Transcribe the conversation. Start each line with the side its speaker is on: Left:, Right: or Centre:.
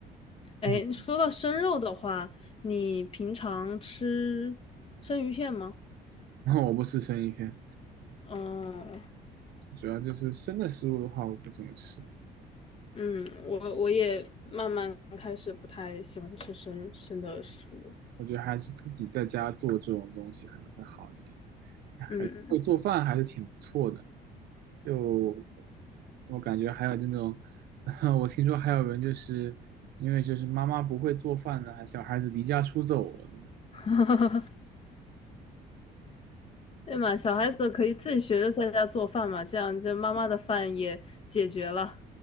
Left: 哎，
Right: 嗯，
Left: 说到生肉的话，你平常吃生鱼片吗？
Right: 然后我不吃生鱼片，
Left: 嗯
Right: 主要就是生的食物的话，我不怎么吃。
Left: 嗯，我我也慢慢开始不太喜欢吃生生的食物。
Right: 我觉得还是自己在家做这种东西可能会好一点。哎感觉会做饭还是挺不错的。
Left: 嗯。
Right: 就我感觉还有那种，<laughs> 我听说还有人就是因为就是妈妈不会做饭呢，还小孩子离家出走了。
Left: <laughs> 对嘛，小孩子可以自己学着在家做饭嘛，这样就妈妈的饭也解决了。